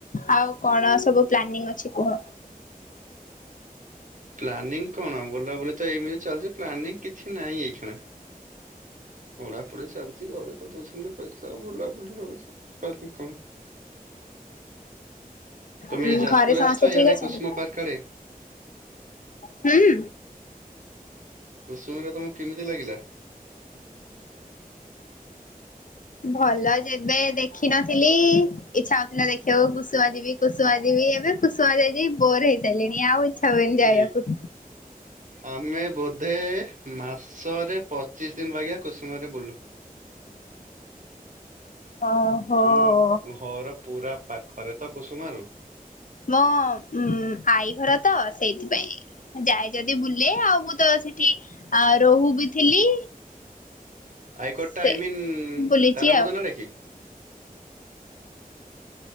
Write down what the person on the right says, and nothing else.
ପ୍ଲାନିଂ କଣ ବୁଲାବୁଲି ତ ଏଇମିତି ଚାଲିଛି ପ୍ଲାନିଂ କିଛି ନାହିଁ ଏଇଖିଣା। ପଢାପଢି ଚାଲିଛି ଘରେ ତ ଦଉଛନ୍ତି ପଇସା ବୁଲାବୁଲି ହଉଛି ବାକି କଣ। ତମେ
ଯାଜପୁର
ଆସିଛ
ଇଆଡେ
କୁସୁମ ପାର୍କ ଆଡେ?
କୁସୁମାରେ ତମକୁ କେମିତି ଲାଗିଲା?
ଠିକ
ଆମେ ବୋଧେ ମାସରେ ପଚିଶ ଦିନ ବାଗିଆ କୁସୁମାରେ ବୁଲୁ।
ଆମ ଘର ପୁରା ପାଖରେ ତ କୁସୁମାରୁ,
ଆଇକଟ
ଟା ଆଇମନ୍
ତାର <unintelligible>